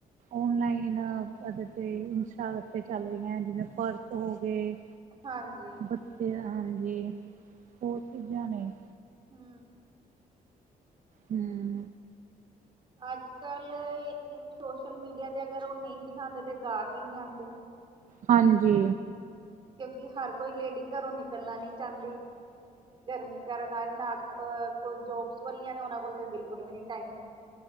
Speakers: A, on the right; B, on the right.
A: ਓਨਲਾਈਨ ਓਦੇ ਤੇ ਇੰਸਟਾ ਤੇ ਚਾੱਲ ਰਈਐਂ ਜਿਵੇਂ ਪਰਸ ਹੋ ਗੇ।
B: ਹਾਂਜੀ।
A: ਬੱਚੇ ਆਨਗੇ ਹੋਰ ਚੀਜਾਂ ਨੇ।
B: ਹੰ
A: ਹੁੰ
B: ਅੱਜ ਕੱਲ ਇਨ ਸੋਸ਼ਲ ਮੀਡੀਆ ਤੇ ਅਗਰ ਓ ਨਈ ਦਿਖਾਂਦੇ ਤੇ ਗਾਕ ਈ ਨੀ ਆਂਦੇ।
A: ਹਾਂਜੀ।
B: ਕਿਉਂਕਿ ਹਰ ਕੋਈ ਲੇਡੀ ਘਰੋਂ ਨਿਕਲਨਾ ਨੀ ਚਾਂਦੀ। ਗਰਮੀ ਕਾਰਨ ਐਨ ਨਾ ਕੋਈ ਜੋਬਸ ਵਾਲੀਆਂ ਨੇ ਉਨਾਂ ਕੋਲ ਤੇ ਬਿਲਕੁਲ ਵੀ ਨੀ ਟਾਈਮ।